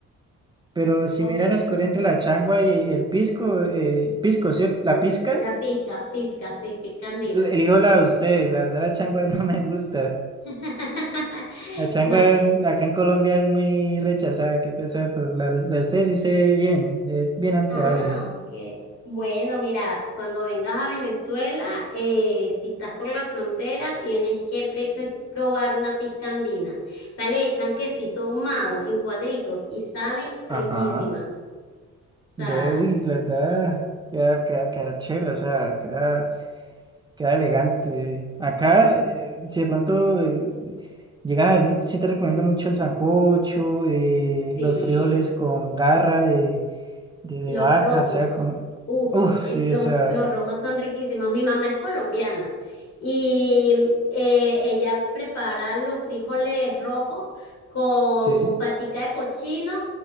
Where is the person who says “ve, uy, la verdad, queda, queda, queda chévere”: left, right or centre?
Right